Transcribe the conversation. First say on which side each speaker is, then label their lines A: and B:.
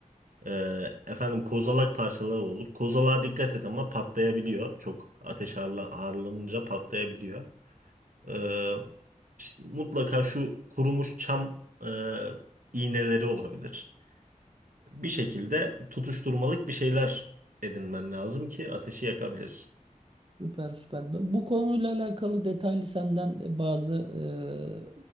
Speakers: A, on the right; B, on the right.
A: Ee, efendim kozalak parçaları olur. Kozalağa dikkat et ama patlayabiliyor. Çok ateş harla, harlanınca patlayabiliyor. Ee, işte mutlaka şu kurumuş çam e, iğneleri olabilir. Bir şekilde tutuşturmalık bir şeyler edinmen lazım ki ateşi yakabilesin.
B: Süper süper. Bu bu konuyla alakalı detaylı senden e, bazı e,